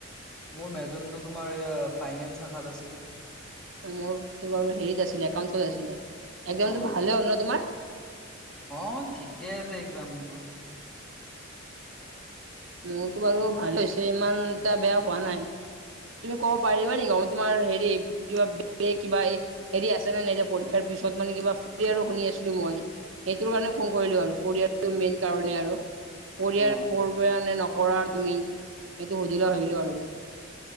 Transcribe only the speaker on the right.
মোৰ ত বাৰু হেৰিত আছিলে একাউচত আছিলে এক্সামটো
ভালে হ'ল ন তোমাৰ?
মোৰতো বাৰু ভাল হৈছে ইমান এটা বেয়া হোৱা নাই। তুমি ক'ব পাৰিবা নেকি অ তোমাৰ হেৰি কিবা কিবা এই হেৰি আছে নে নাই এই যে পৰীক্ষাৰ পিছত মানে কিবা ফ আৰু শুনি আছিলো মই এইটোৰ কাৰণে ফোন কৰিলো আৰু ফৰিয়াল মেইন কাৰণে আৰু পৰিয়াল
কৰা নে নকৰা তুমি সেইটো সুধিলা ভাবিলো আৰু মই।